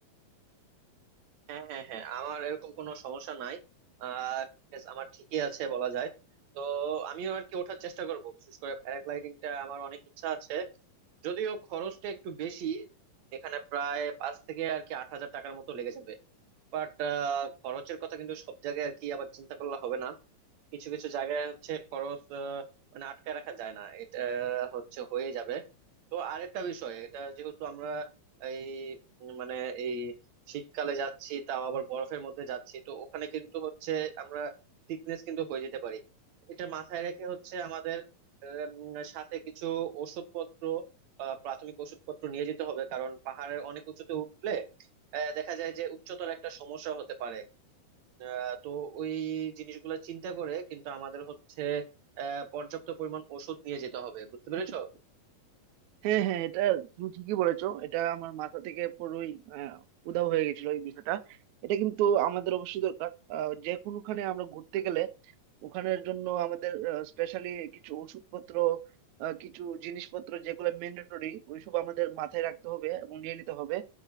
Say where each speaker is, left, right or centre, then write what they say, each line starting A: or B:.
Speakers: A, on the right; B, on the right.
A: হ্যাঁ হ্যাঁ হ্যাঁ আমার এরকম কোনো সমস্যা নাই আহ yes, আমার ঠিকই আছে বলা যায় তো আমিও আর কি ওঠার চেষ্টা করব বিশেষ করে প্যারাগ্লাইডিংটা আমার অনেক ইচ্ছা আছে যদিও খরচটা একটু বেশি এখানে প্রায় পাঁচ থেকে আর কি আট হাজার টাকার মতো লেগে যাবে বাট খরচের কথা কিন্তু সব জায়গায় আর কি আবার চিন্তা করলে হবে না কিছু কিছু জায়গায় হচ্ছে খরচ আহ, মানে আটকায় রাখা যায় না এটা হচ্ছে হয়ে যাবে তো আরেকটা বিষয় এটা যেহেতু আমরা এই উম, মানে এই শীতকালে যাচ্ছি তাও আবার বরফের মধ্যে যাচ্ছি তো ওখানে কিন্তু হচ্ছে আমরা সিকনেস কিন্তু হয়ে যেতে পারি এটা মাথায় রেখে হচ্ছে আমাদের উম, সাথে কিছু ওষুধপত্র আহ, প্রাথমিক ওষুধপত্র নিয়ে যেতে হবে কারণ পাহাড়ের অনেক উঁচুতে উঠলে আহ, দেখা যায় যে উচ্চতর একটা সমস্যা হতে পারে আহ, তো ওই জিনিসগুলো চিন্তা করে কিন্তু আমাদের হচ্ছে আহ, পর্যাপ্ত পরিমাণ ওষুধ নিয়ে যেতে হবে বুঝতে পেরেছো
B: হ্যাঁ হ্যাঁ এটা তুমি ঠিকই বলেছো এটা আমার মাথা থেকে পুরোই আহ, উধাও হয়ে গেছিল এই বিষয়টা এটা কিন্তু আমাদের অবশ্যই দরকার আহ, যে কোনোখানে আমরা ঘুরতে গেলে ওখানের জন্য আমাদের স্পেশালি কিছু ওষুধপত্র আহ, কিছু জিনিসপত্র যেগুলো ম্যান্ডেটরি ওইসব আমাদের মাথায় রাখতে হবে এবং নিয়ে নিতে হবে